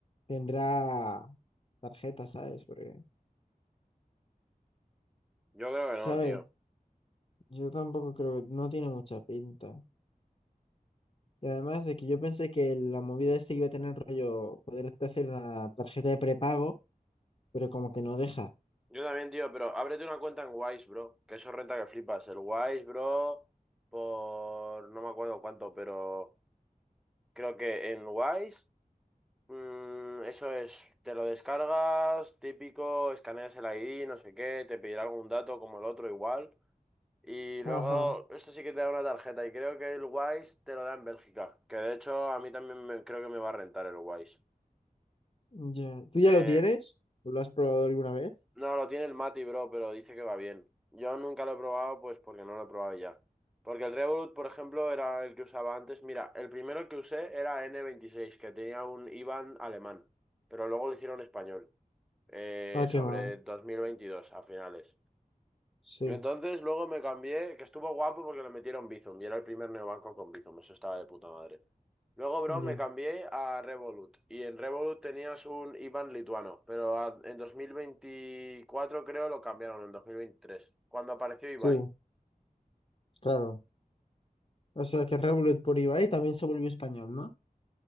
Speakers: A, on the left; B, in the centre.
A: tendrá tarjeta, ¿sabes? Porque,
B: yo creo que
A: ¿sabes?
B: no, tío.
A: Yo tampoco creo que no tiene mucha pinta. Y además de que yo pensé que la movida este iba a tener rollo, poderte hacer una tarjeta de prepago, pero como que no deja.
B: Yo también, tío, pero ábrete una cuenta en Wise, bro. Que eso renta que flipas. El Wise, bro, por... No me acuerdo cuánto, pero creo que en Wise Mm, eso es, te lo descargas, típico, escaneas el ID, no sé qué, te pedirá algún dato como el otro igual. Y luego,
A: Ajá,
B: eso sí que te da una tarjeta y creo que el Wise te lo da en Bélgica, que de hecho a mí también me- creo que me va a rentar el Wise.
A: ya. ¿Tú
B: Eh,
A: ya lo tienes? ¿Lo has probado alguna vez?
B: no, lo tiene el Mati, bro, pero dice que va bien. Yo nunca lo he probado, pues porque no lo he probado ya. Porque el Revolut, por ejemplo, era el que usaba antes. Mira, el primero que usé era n veintiséis que tenía un IBAN alemán, pero luego lo hicieron español. eh,
A: Ah, qué
B: sobre
A: mal.
B: 2022 a finales.
A: Sí,
B: Y entonces luego me cambié, que estuvo guapo porque le metieron Bizum y era el primer neobanco con Bizum, eso estaba de puta madre. Luego, bro,
A: ya.
B: me cambié a Revolut y en Revolut tenías un IBAN lituano, pero a- en 2024 creo lo cambiaron, en 2023, cuando apareció Ibai.
A: Sí, claro. O sea que Revolut por Ibai también se volvió español, ¿no?